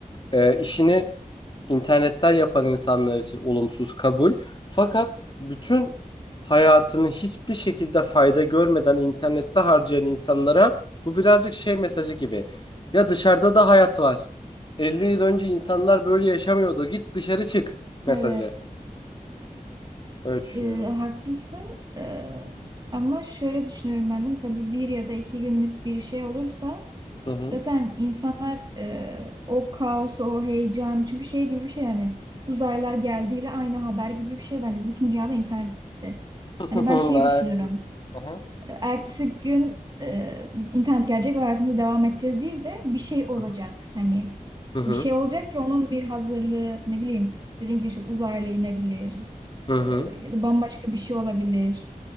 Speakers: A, on the left (about 35°); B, on the right (about 30°).
A: Ee, işini internetten yapan insanlar için olumsuz kabul. Fakat bütün hayatını hiçbir şekilde fayda görmeden internette harcayan insanlara bu birazcık şey mesajı gibi. Ya dışarıda da hayat var. 50 yıl önce insanlar böyle yaşamıyordu. Git dışarı çık mesajı.
B: Evet.
A: Öyle düşünüyorum.
B: Ee, haklısın. Ee, ama şöyle düşünüyorum ben de mesela bu bir ya da iki günlük bir şey olursa
A: Hı hı.
B: Zaten insanlar e, o kaosu, o heyecanı çünkü şey gibi bir şey yani uzaylılar geldiğiyle aynı haber gibi bir şey bence. Bütün dünyada internet gitti.
A: <laughs>
B: Hani ben şeyi
A: Aynen.
B: düşünüyorum.
A: Hı hı.
B: e, Ertesi gün e, internet gelecek ve hayatımıza devam edeceğiz değil de bir şey olacak.
A: Hı hı.
B: Hani
A: Hı hı.
B: bir şey olacak ki onun bir hazırlığı ne bileyim dediğim gibi işte uzaylı inebilir
A: Hı hı.
B: e, ya da bambaşka bir şey olabilir